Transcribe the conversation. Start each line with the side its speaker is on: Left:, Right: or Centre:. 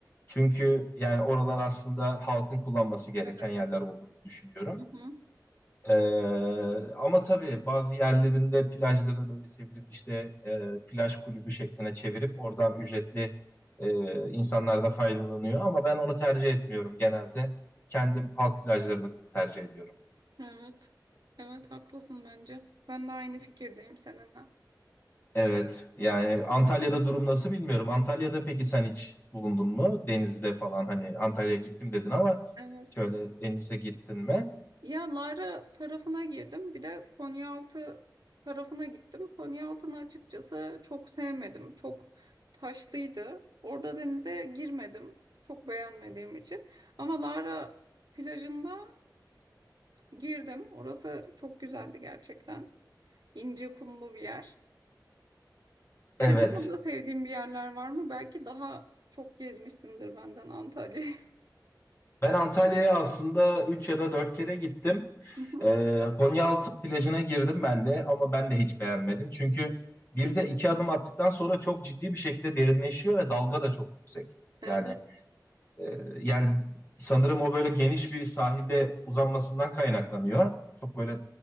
Left: Çünkü yani oralar aslında halkın kullanması gereken
Right: Evet.
Left: yerler olduğunu düşünüyorum.
Right: Hı hı.
Left: Ee, ama tabii bazı yerlerinde plajları böyle çevirip işte e, plaj kulübü şekline çevirip oradan ücretli e, insanlar da faydalanıyor. Ama ben onu tercih etmiyorum genelde. Kendim halk plajlarını tercih ediyorum.
Right: Evet. Evet haklısın bence. Ben de aynı fikirdeyim seninle.
Left: Evet, yani Antalya'da durum nasıl bilmiyorum. Antalya'da peki sen hiç bulundun mu? Denizde falan hani Antalya'ya gittim dedin ama
Right: Evet.
Left: şöyle denize gittin mi?
Right: Ya Lara tarafına girdim. Bir de Konyaaltı tarafına gittim. Konyaaltı'nı açıkçası çok sevmedim. Çok taşlıydı. Orada denize girmedim. Çok beğenmediğim için. Ama Lara plajında girdim. Orası çok güzeldi gerçekten. İnce kumlu bir yer. Senin
Left: Evet,
Right: orada sevdiğin bir yerler var mı? Belki daha çok gezmişsindir benden Antalya'yı.
Left: Ben Antalya'ya aslında 3 ya da 4 kere gittim.
Right: <laughs> Hı hı.
Left: Ee, Konyaaltı plajına girdim ben de ama ben de hiç beğenmedim. Çünkü bir de iki adım attıktan sonra çok ciddi bir şekilde derinleşiyor ve dalga da çok yüksek.
Right: Evet.
Left: Yani ee, yani sanırım o böyle geniş bir sahilde uzanmasından kaynaklanıyor. Çok böyle